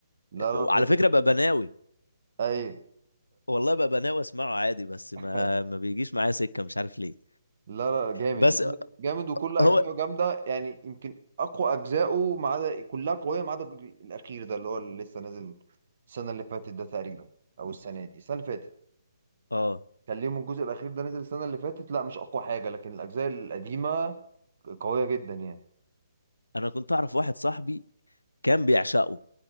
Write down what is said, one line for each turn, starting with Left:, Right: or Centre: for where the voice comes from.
Right: لا لا
Left: على
Right: فايتك
Left: فكرة
Right: كتير
Left: بقى بناوي
Right: ايوه
Left: والله بقى بناوي اسمعه عادي بس
Right: <laughs>
Left: ما ما بيجيش معايا سكة مش عارف ليه
Right: لا لا جامد
Left: بس
Right: جامد جامد، وكل اجزائه
Left: هو
Right: جامده يعني يمكن اقوى اجزائه ما عدا كلها قويه ما عدا الجزء الاخير ده اللي هو اللي لسه نازل السنه اللي فاتت ده تقريبا او السنه دي السنه اللي فاتت
Left: اه
Right: كان ليهم الجزء الاخير ده نزل السنه اللي فاتت لا مش اقوى حاجه لكن الاجزاء القديمه قويه جدا يعني
Left: انا كنت اعرف واحد صاحبي كان بيعشقه